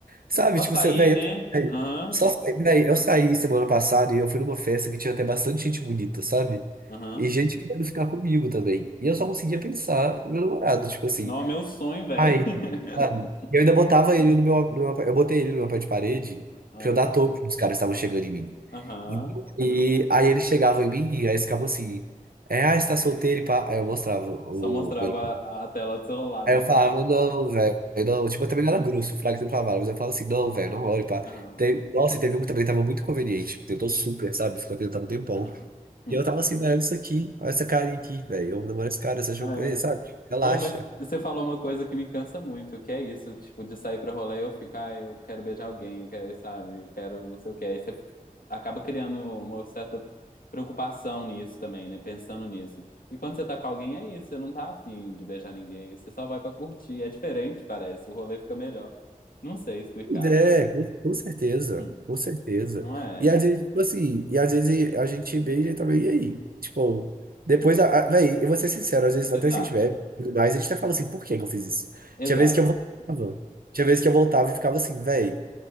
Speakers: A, on the right; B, on the left.
A: Sabe,
B: Só
A: tipo,
B: sair,
A: você, véi,
B: né?
A: eu,
B: Aham.
A: só, saí- véi, eu saí semana passada e eu fui numa festa que tinha até bastante gente bonita, sabe?
B: Aham.
A: E gente querendo ficar comigo também. E eu só conseguia pensar no meu namorado, tipo assim,
B: Não, é meu sonho, velho.
A: ai,
B: <laughs>
A: sabe? E eu ainda botava ele no meu, no meu- eu botei ele no meu pé de parede
B: Ah,
A: pra eu dar toco que os caras estavam chegando em mim.
B: Aham.
A: Então, E
B: aham.
A: aí eles chegavam em mim e aí eles ficavam assim, é, ah, você tá solteiro e pá. Aí eu mostrava o
B: Só mostrava
A: meu
B: a a tela do celular,
A: Aí
B: né?
A: eu falava,
B: Ó.
A: não, velho, não. Tipo, eu também não era grosso, o Fraga sempre falava, mas eu falava assim, não, velho, não olha, pá.
B: Aham.
A: Teve- Nossa, e teve um que também tava muito conveniente, tentou super, sabe? Ficou tentando um tempão.
B: Aham. Hum.
A: E eu tava assim, velho, olha isso aqui, olha essa carinha aqui, velho, eu namoro esse cara, essa jogo,
B: É,
A: sabe? Relaxa.
B: Oh, mas você falou uma coisa que me cansa muito, que é isso, tipo, de sair pra rolê eu fico, ah, eu quero beijar alguém, eu quero, sabe, eu quero não sei o que. Aí você fica- acaba criando uma certa preocupação nisso também, né? Pensando nisso. E quando você tá com alguém, é isso, você não tá afim de beijar ninguém, você só vai pra curtir. É diferente, parece, o rolê fica melhor. Não sei explicar,
A: Pois É,
B: mas
A: com, com certeza,
B: hum,
A: com certeza.
B: não é.
A: E às vezes, tipo assim, e às vezes a gente beija também, e aí? Tipo, depois,
B: Hum,
A: a, a, velho, eu vou ser sincero, às vezes
B: Exato,
A: até se a gente bebe, e tudo mais, a gente até fala assim, por que que eu fiz isso?
B: exato.
A: Tinha vezes que eu voltava,
B: Hum.
A: tinha vezes que eu voltava e ficava assim, velho.